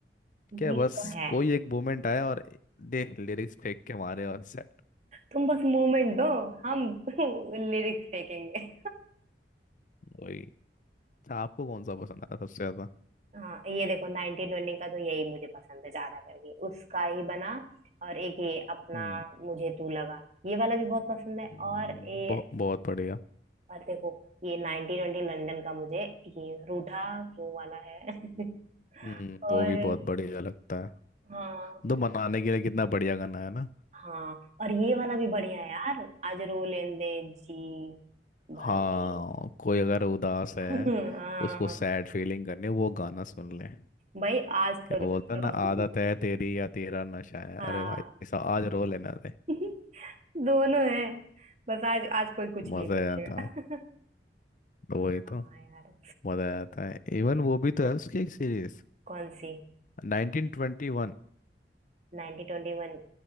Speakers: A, on the right (about 40°); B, on the left (about 45°).
A: हैं
B: क्या
A: ये
B: बस
A: तो है
B: कोई एक मोमेंट आया और दे लिरिक्स फेंक के मारे और सेट
A: तुम बस मोमेंट दो हम <laughs> लिरिक्स फेंकेंगे
B: वही अच्छा, आपको कौन सा पसंद आया सबसे ज्यादा
A: हाँ ये देखो नाइनटीन ट्वेंटी का तो यही मुझे पसंद है ज्यादा करके उसका ही बना और एक ये अपना
B: हम्म
A: मुझे तू लगा ये वाला भी बहुत पसंद है
B: हम्म,
A: और ये
B: बहु, बहुत बढ़िया
A: और देखो ये नाइनटीन ट्वेंटी लंदन का मुझे ये रूठा क्यों वाला है <laughs>
B: हम्म
A: और
B: वो भी बहुत बढ़िया लगता है
A: हाँ
B: तो मनाने के लिए कितना बढ़िया गाना है ना
A: हाँ और ये वाला भी बढ़िया है यार आज रो लेंदे जी भर
B: हाँ
A: के
B: कोई अगर उदास है
A: <laughs> हाँ
B: उसको सैड फीलिंग करनी है, वो गाना सुन ले
A: भाई आज
B: क्या
A: तो
B: बोलता
A: रो
B: है ना
A: लो
B: आदत है तेरी या तेरा नशा है
A: <laughs> हाँ
B: अरे भाई साहब आज रो लेना रे
A: <laughs> दोनों है बस आज आज कोई कुछ नहीं
B: मजा
A: बोलेगा
B: आया था।
A: <laughs>
B: वही
A: हाँ
B: तो
A: यार
B: मजा आता है इवन वो भी तो है उसकी एक सीरीज
A: कौन सी
B: 1921
A: Ninety twenty one